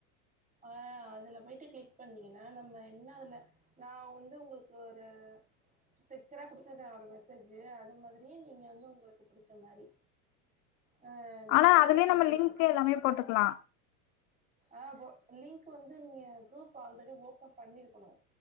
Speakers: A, on the right; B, on the left.
A: அ அதுல போயிட்டு கிளிக் பண்ணீங்கன்னா நம்ம என்ன அதுல நா வந்து உங்களுக்கு ஒரு ஸ்டிக்சரா குடுத்துருக்கேனா ஒரு மெசேஜு அது மாதிரியே நீங்க வந்து உங்களுக்கு புடுச்ச மாரி அ நீங்க
B: ஆனா
A: வந்து
B: அதுலயே
A: கிரீட்டிங்ஸ்
B: நம்ம லிங்க்
A: வெக்கணு
B: எல்லாமே போட்டுக்கலா
A: அ ஒ லின்க் வந்து நீங்க குரூப் ஆல்ரெடி ஓபன் பண்ணிருக்கணு